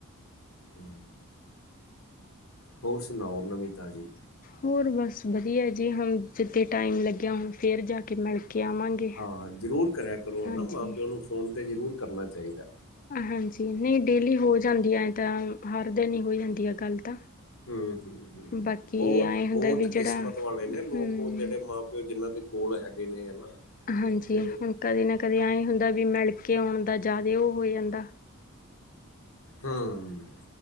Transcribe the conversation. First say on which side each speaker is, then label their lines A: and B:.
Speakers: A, on the left; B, on the left.
A: ਹਮ। ਹੋਰ ਸੁਣਾਓ ਨਵੀ ਤਾਜੀ?
B: ਹੋਰ ਬਸ ਵਧੀਆ ਜੀ, ਹਾਂ ਜਿੱਦਾਂ ਟਾਈਮ ਲੱਗਿਆ ਹੁਣ ਫਿਰ ਜਾ ਕੇ ਮਿਲ ਕੇ ਆਵਾਂਗੇ,
A: ਹਾਂ ਜ਼ਰੂਰ ਕਰਿਆ ਕਰੋ
B: ਹਾਂਜੀ।
A: ਨਾ ਮਾਂ ਪਿਓ ਨੂੰ ਫੋਨ ਤੇ ਜ਼ਰੂਰ ਕਰਨਾ ਚਾਹੀਦਾ।
B: ਹਾਂਜੀ ਨਹੀਂ ਡੇਲੀ ਹੋ ਜਾਂਦੀ ਆ ਤਾਂ, ਹਰ ਦਿਨ ਹੀ ਹੋ ਜਾਂਦੀ ਆ ਗੱਲ ਤਾਂ
A: ਹਮ, ਹਮ
B: ਬਾਕੀ
A: ਬਹੁਤ
B: ਐਏਂ
A: -ਬਹੁਤ
B: ਹੁੰਦਾ ਵੀ ਜਿਹੜਾ
A: ਕਿਸਮਤ ਵਾਲੇ ਨੇ
B: ਹੂੰ।
A: ਲੋਕ ਉਹ ਜਿਹੜੇ ਮਾਂ ਪਿਓ ਜਿਨਾਂ ਦੇ ਕੋਲ ਹੈਗੇ ਨੇ, ਹਨਾ।
B: ਹਾਂਜੀ,
A: ਜਿਹੜੇ
B: ਹੁਣ ਕਦੇ ਨਾ ਕਦੇ ਐ ਹੁੰਦਾ ਵੀ ਮਿਲ ਕੇ ਆਉਣ ਦਾ ਜ਼ਿਆਦਾ ਉਹ ਹੋ ਜਾਂਦਾ।
A: ਹਮ।